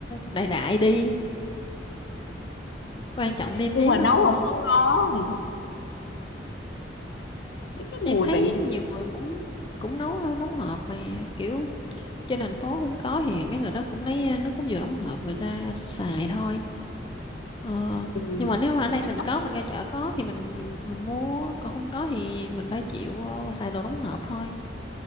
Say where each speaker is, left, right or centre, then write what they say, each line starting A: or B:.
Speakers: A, on the left (about 25°); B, on the left (about 80°).
A: đại đại đi quan trọng nêm
B: nhưng
A: nếm
B: mà
A: nó
B: nấu
A: ngon
B: không có ngon cái cái
A: em
B: mùi
A: thấy
B: vị
A: nhiều người cũng cũng nấu ờ, đóng hộp mà kiểu trên thành phố không có thì mấy người đó cũng lấy ờ, nước cốt dừa đóng hộp người ta xài thôi ờ,
B: ừ,
A: nhưng mà nếu mà ở đây
B: mà
A: mình
B: chắc
A: có mình ra chợ có thì mình mình mình mua còn không có thì mình phải chịu ờ, xài đồ đóng hộp thôi